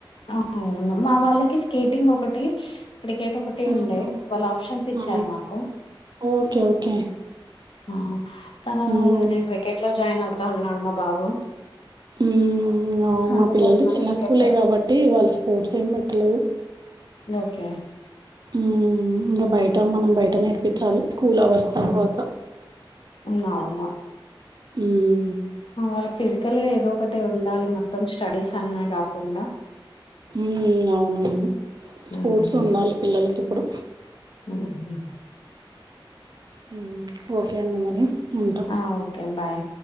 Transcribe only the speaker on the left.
అవును మా వాళ్ళకి స్కేటింగ్ ఒకటి ఇప్పటికేట ఒకటి
ఉండే వాళ్ళు ఆప్షన్స్ ఇచ్చారు
మాకు
ఆ తను
నేను క్రికెట్ లో జాయిన్ అవుత అన్నాడు మా బాబు
అందుకోసమని
క్రికెట్‌లో
ఓకే
ఉన్న ఉన్న
ఆ వాళ్ళకి ఫిజికల్గా ఏదో ఒకటి ఉండాలి మొత్తం స్టడీస్ అన్నా కాకుండా
హ్మ్.
హ్మ్.
ఆ ఓకే బాయ్